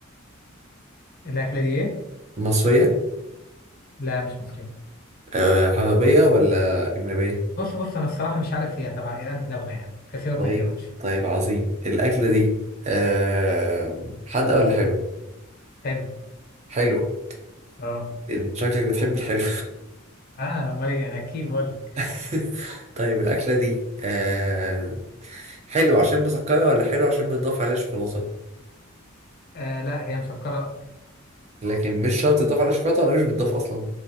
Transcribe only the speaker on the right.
مصرية
آه عربية ولا أجنبية؟
طيب
طيب عظيم الأكلة دي آه حادقة ولا حلوة؟
حلوة
أنت شكلك بتحب الحلو
<laughs> طيب الأكلة دي آه حلوة عشان مسكرة ولا حلوة عشان بتضاف عليها شوكولاتة؟
لكن مش شرط تضاف على شوكولاته ولا مش بتضاف اصلا